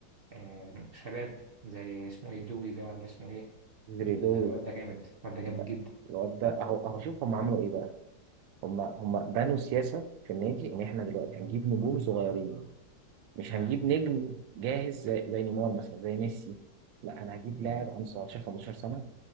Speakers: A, on the right (about 50°); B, on the right (about 80°).
A: آه شباب زي اسمه ايه دوي ده ولا اسمه ايه
B: زريدوي
A: الواد ده جامد الواد ده جامد
B: ده
A: جدا
B: الواد ده اهو اهو شوف هم عملوا ايه بقى هم هم بنوا سياسه في النادي ان احنا دلوقتي هنجيب نجوم صغيرين مش
A: مم.
B: هنجيب نجم جاهز زي زي نيمار مثلا زي ميسي لا انا هجيب لاعب عنده 17 15 سنه